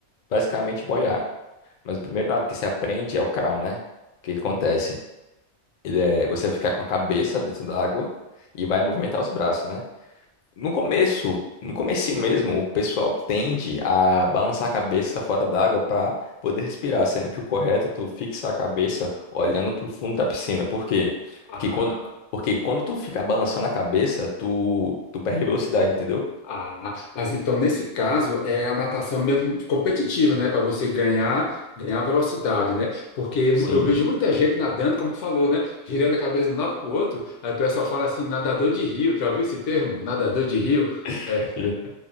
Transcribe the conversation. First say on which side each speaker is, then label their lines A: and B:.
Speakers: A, on the left (about 60°); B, on the left (about 75°).
A: basicamente boiar. Mas o primeiro nado que se aprende é o crawl, né? O que acontece?
B: Hum.
A: Ele é, você vai ficar com a cabeça dentro da água e vai movimentar os braços, né? No começo, no comecinho mesmo, o pessoal tende a balançar a cabeça fora d'água para poder respirar, sendo que o correto é tu fixar a cabeça olhando para o fundo da piscina. Por quê?
B: Ah.
A: Porque quando, porque quando tu ficar balançando a cabeça, tu, tu perde velocidade, entendeu?
B: Ah, mas então nesse caso é a natação mesmo competitiva, né? Para você ganhar, ganhar velocidade, né? Porque eu
A: Sim.
B: vejo muita gente nadando, como tu falou, né? Girando a cabeça de um lado para o outro. Aí o pessoal fala assim, nadador de rio. Já ouviu esse termo? Nadador de rio?
A: <laughs>
B: É,